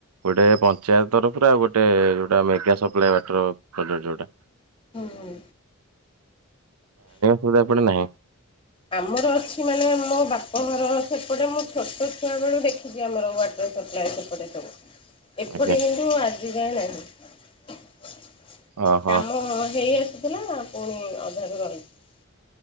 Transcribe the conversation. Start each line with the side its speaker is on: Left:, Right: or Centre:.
Right: ଗୋଟେ ପଞ୍ଚାୟ ତରଫରୁ ଆଉ ଗୋଟେ ଯୋଉଟା ମେଗା ସପ୍ଲାଏ ୱେଟର ପାଖରେ ଯୋଉଟା।
Left: ହୁଁ ହୁଁ।
Right: ପଢ଼ାପଢ଼ି ନାହିଁ।
Left: ଆମର ଅଛି ମାନେ ମୋ ବାପଘର ସେପଟେ ମୁଁ ଛୋଟ ଛୁଆ ବେଳୁ ଦେଖିଛି ଆମର ୱାଆଟର ସପ୍ ଲାଏ ସେପଟେ କର। ଏପଟେ
Right: ଆଜ୍ଞା
Left: କିନ୍ତୁ ଆଜି ଯାଏଁ ନାହିଁ
Right: ଓହୋ
Left: କାମ ହେଇଆସୁ ଥିଲା ପୁଣି ଅଧାରୁ ରହିଚି।